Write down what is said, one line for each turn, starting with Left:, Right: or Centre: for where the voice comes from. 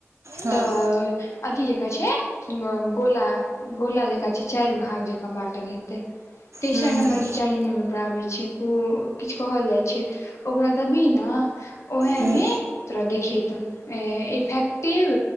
Right: हँ
Left: तऽ अथी जे का छै गोला गोला जेकाँ छै चार भाग जकाँ बाँटल हेतै तेसर
Right: हूँ
Left: नंबर इ छै चार नम्बर पर आबै छै किछ कहल जाइ छै ओकरा देबही न उ है
Right: हूँ
Left: मे तोरा देखतौ एइफेक्टिव